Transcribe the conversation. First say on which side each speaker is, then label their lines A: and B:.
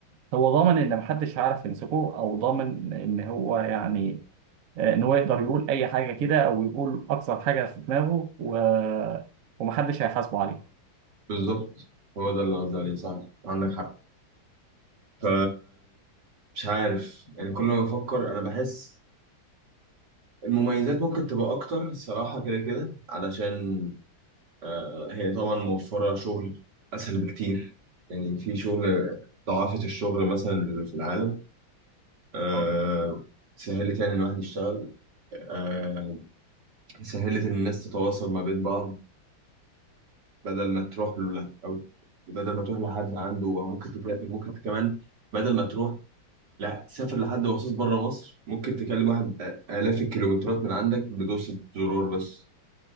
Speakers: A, on the right; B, on the right.
A: هو ضامن ان محدش هيعرف يمسكه او ضامن ان هو يعني آه، ان هو يقدر يقول اي حاجه كده او يقول اكثر حاجه في دماغه و... ومحدش هيحاسبه عليه
B: بالظبط هو ده اللي قصدي عليه صح عندك حق ف مش عارف يعني كل ما افكر انا بحس المميزات ممكن تبقى اكتر الصراحه كده كده علشان آه، هي طبعا موفره شغل اسهل بكتير يعني في شغل ضعافه الشغل مثلا اللي في العالم آه،
A: آه.
B: سهلت يعني الواحد يشتغل آه، سهلت ان الناس تتواصل ما بين بعض بدل ما تروح له او بدل ما تروح لحد عنده او ممكن تسافر ممكن كمان بدل ما تروح لا تسافر لحد مخصوص بره مصر ممكن تكلم واحد آلاف الكيلومترات من عندك بدوسة زرار بس